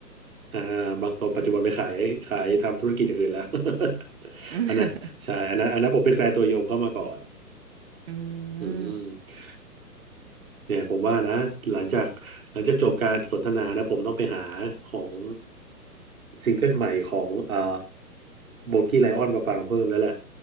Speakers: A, on the right; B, on the right.
A: อ่าบางตัวปัจจุบันไปขายขายทำธุรกิจอย่างอื่นแล้ว <laughs>
B: อืม
A: อันนั้นใช่อันนั้นอันนั้นผมเป็นแฟนตัวยงเข้ามาก่อน
B: <laughs> อืม
A: อืมเนี่ยผมว่านะหลังจากหลังจากจบการสนทนานะผมต้องไปหาของซิงเกิลใหม่ของอ่าโบกี้ไลออนมาฟังเพิ่มแล้วแหละ